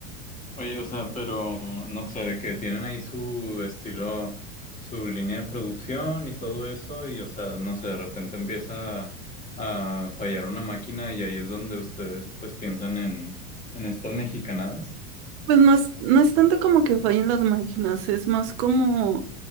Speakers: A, on the left; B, on the right.
A: Oye, o sea, pero no sé, de que tienen ahí su estilo, su línea de producción y todo eso, y o sea, no sé, de repente empieza a, a fallar una máquina y ahí es donde ustedes pues piensan en, en estas mexicanadas.
B: Pues no es, no es tanto como que fallen las máquinas, es más como,